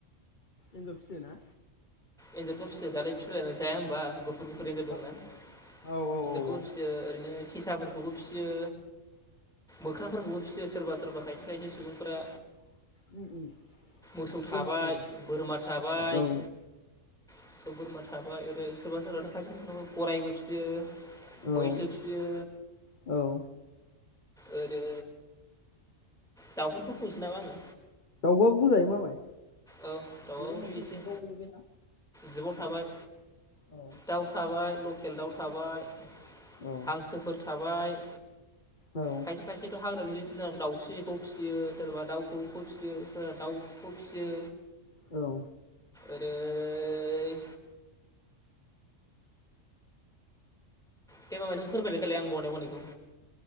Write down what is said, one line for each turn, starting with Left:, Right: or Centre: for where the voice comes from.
Left: एन्जर फिसियो ना
Centre: एन्जरखौ फियो दालाय फिलायनानै जाया होमबा गु फुट एन्जर दंना
Left: औ
Centre: एन्जरखौबो
Left: औ औ औ औ।
Centre: फिसियो ओरैनो सेसाफोरखौबो फिसियो। मोख्राफोरखौबो फिसियो सोरबा-सोरबा खायसे-खायसे सुबुंफोरा।
Left: उम उम
Centre: मोसौ
Left: फिसियो
Centre: थाबाय
Left: मामाय औ।
Centre: बोरमा थाबाय
Left: औ
Centre: मोसौ बोरमा थाबाय ओरै सोरबा-सोरबाथ' खायसे-खायसे न'-न' गरायबो फिसियो
Left: औ-औ
Centre: मैसो फिसियो ओरै दाउफोरफोरखौ बुं
Left: दाउबाबो बुंजायो मामाय।
Centre: औ दाउवाबोथ'
Left: बेबो मोनसे
Centre: एसे
Left: जुगाव गोलैबायना
Centre: जिबाव थाबाय।
Left: औ
Centre: दाउ थाबाय लकेल दाउ थाबाय
Left: औ
Centre: हांसोफोर थाबाय
Left: औ
Centre: खायसे खायसेथ' हाग्रानि जों दाउस्रिखौ फिसियो सोरबा दाउखौखौ फिसियो सोरबा दाउखौ फिसियो
Left: औ
Centre: ओइ दे माबा नों फोरमायलाय देलाय आं बावनाय बावनायखौ